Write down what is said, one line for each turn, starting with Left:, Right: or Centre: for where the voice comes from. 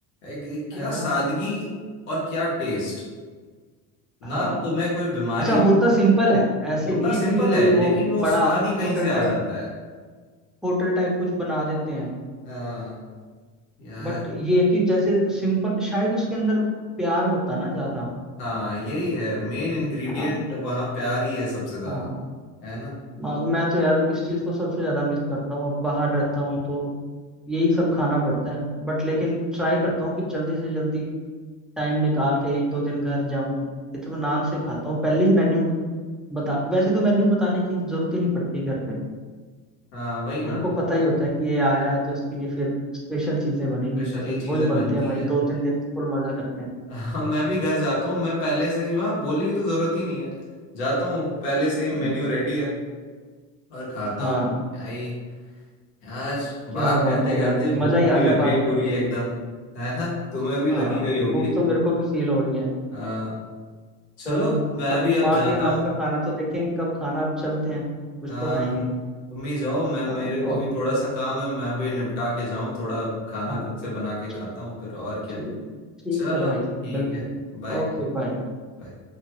Left: एक- क्या
Centre: है ना
Left: सादगी और क्या टेस्ट ना
Centre: हाँ
Left: तुम्हें कोई बीमारी
Centre: अच्छा
Left: हो-
Centre: होता सिंपल है ऐसे
Left: होता
Centre: नहीं है
Left: सिंपल
Centre: कि भी कोई
Left: है लेकिन
Centre: वो
Left: वो
Centre: बड़ा
Left: स्वाद ही कहीं
Centre: होटल
Left: से आ
Centre: टाइप
Left: जाता है
Centre: होटल टाइप कुछ बना देते हैं
Left: हाँ यार
Centre: बट ये है कि जैसे सिंपल शायद उसके अंदर प्यार होता ना ज्यादा
Left: हाँ यही है मेन इंग्रेडिएंट
Centre: हाँ
Left: वहाँ प्यार ही है सबसे ज्यादा
Centre: हाँ
Left: है ना
Centre: मा- मैं तो यार इस चीज को सबसे ज्यादा मिस करता हूँ अब बाहर रहता हूँ तो यही सब खाना पड़ता है बट लेकिन ट्राई करता हूँ कि जल्दी से जल्दी टाइम निकाल के एक दो दिन घर जाऊं इत्मीनान से खाता हूँ पहले ही मेन्यू बता वैसे तो मेन्यू बताने की जरूरत ही नहीं पड़ती घर पे
Left: हाँ वही ना
Centre: उनको पता ही होता है कि ये आया है तो इसके लिए फिर स्पेशल चीजें बनेंगी
Left: स्पेशली
Centre: तो फिर
Left: चीजें
Centre: वही बनते
Left: बनती
Centre: हैं भाई
Left: हैं
Centre: दो तीन दिन फुल मजा करते हैं
Left: हाँ मैं भी घर जाता हूँ मैं पहले से ही वहाँ बोलने की तो जरूरत ही नहीं है जाता हूँ पहले से ही
Centre: हम्म
Left: मेन्यू रेडी है और खाता
Centre: हाँ
Left: हूँ क्या ही यार
Centre: क्या
Left: बात
Centre: बात
Left: करते
Centre: है
Left: करते
Centre: यार
Left: भूख
Centre: मजा ही आ
Left: भी लग
Centre: गया
Left: गई
Centre: बात
Left: पूरी
Centre: करके
Left: एकदम है ना तुम्हें भी लगी
Centre: हाँ
Left: गई होगी
Centre: भूख तो मेरे को भी फील हो रही है
Left: हाँ चलो
Centre: चलो
Left: मैं
Centre: अभी
Left: भी अब
Centre: माँ
Left: जाता
Centre: के हाथ
Left: हूँ
Centre: का खाना तो देखेंगे कब खाना अब चलते हैं कुछ
Left: हाँ
Centre: तो खाएंगे
Left: तुम भी जाओ मैं मेरे
Centre: हाँ
Left: को
Centre: और
Left: भी थोड़ा सा काम है मैं भी निपटा के जाऊँ थोड़ा खाना
Centre: हाँ
Left: खुद से बना के खाता
Centre: चल
Left: हूँ फिर और क्या
Centre: ठीक ठीक
Left: चलो
Centre: है भाई फिर
Left: ठीक
Centre: मिलते
Left: है
Centre: हैं
Left: बाय
Centre: ओके बाय
Left: बाय